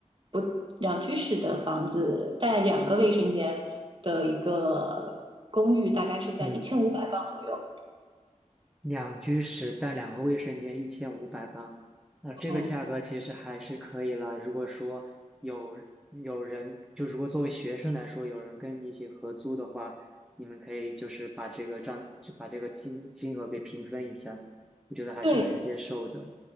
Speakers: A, on the right; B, in the centre.
A: 不，两居室的房子带两个卫生间的一个公寓，大概是在一千五百磅左右。
B: 嗯。两居室带两个卫生间，一千五百八，呃，这个价格其实还是可以了。
A: 嗯。
B: 如果说有有人，就如果作为学生来说，有人跟你一起合租的话，你们可以就是把这个账，就把这个金金额给平分一下，我觉得还是能接受的。
A: 对。